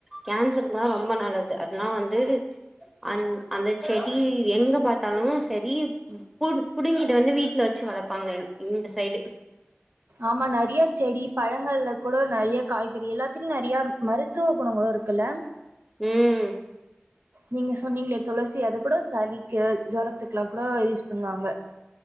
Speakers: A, in the centre; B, on the right.
A: கேன்சர்க்குலாம் ரொம்ப நல்லது அதெல்லாம் வந்து அந் அந்த செடி செடி எங்க பாத்தாலும் செரி பு புடுங்கிட்டு வந்து வீட்ல வெச்சு வளப்பாங்க இந்த சைடு
B: ஆமா‌ நறையா செடி பழங்கள்ல கூட நறைய காய்கறி எல்லாத்திலியும் நறையா மருத்துவ குணங்களும் இருக்குல்ல
A: ம்
B: நீங்க சொன்னீங்களே துளசி அத கூட சளிக்கு ஜோரத்துக்கு எல்லாம் கூட யூஸ் பண்ணுவாங்க